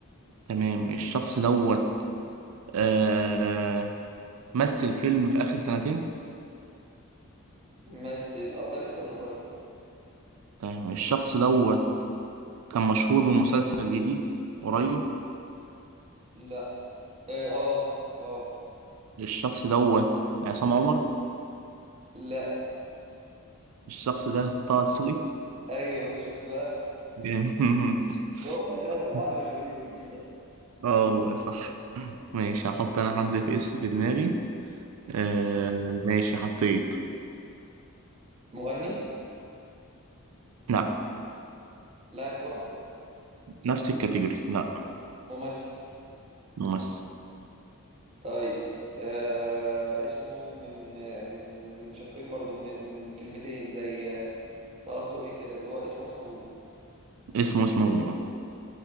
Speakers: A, on the right; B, on the right.
A: تمام الشخص دوت آه مثل فيلم في اخر سنتين
B: ممثل اه ده لسه من قريب
A: تمام الشخص دوت كان مشهور بمسلسل جديد قريب
B: لا اه اه آه.
A: الشخص دوت عصام عمر
B: لا
A: الشخص ده طه دسوقي
B: ايوه شفت بقى
A: جامد.
B: <laughs> وهم تلاتة اربعة
A: <laughs>
B: اللي مشهورين في الجيل ده
A: اه والله صح ماشي هحط انا حد في اس في دماغي آه
B: ماشي
A: ماشي حطيت
B: مغني
A: لا
B: لاعب كرة
A: نفس الكاتيجوري لا
B: ممثل
A: ممثل
B: طيب آه اسمه من من من شقين برضو من من كلمتين زي آه، طه دسوقي كده اللي هو اسمه اسم ابوه
A: اسمه اسمه ممثل.